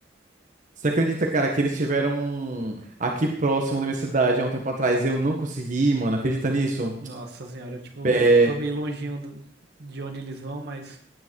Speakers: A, on the right; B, on the right.
A: Você acredita, cara, que eles tiveram aqui próximo da minha cidade há um tempo atrás e eu não consegui, mano? Acredita nisso?
B: Nossa senhora, tipo,
A: É,
B: tô meio longinho do- de onde eles vão, mas